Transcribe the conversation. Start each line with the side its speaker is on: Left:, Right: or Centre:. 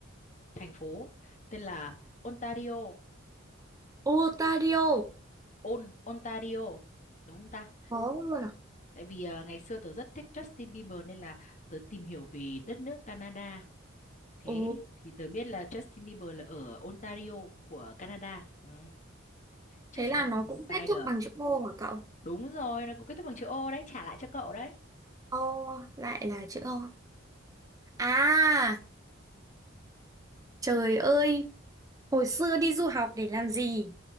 Left: thành phố tên là Ontario
Right: Ontario.
Left: On Ontario đúng không ta
Right: Có luôn à?
Left: tại vì ờ, ngày xưa tớ rất thích Justin Bieber nên là tớ tìm hiểu về đất nước Canada Thế
Right: Ồ,
Left: thì tớ biết là Justin Bieber là ở Ontario của Canada. Ừ, chắc
Right: thế
Left: chắn
Right: là
Left: nó
Right: nó
Left: không bị
Right: cũng
Left: sai
Right: kết
Left: được.
Right: thúc bằng chữ O hả cậu?
Left: Đúng rồi, nó cũng kết thúc bằng chữ O đấy, trả lại cho cậu đấy.
Right: O lại là chữ O. À, trời ơi, hồi xưa đi du học để làm gì?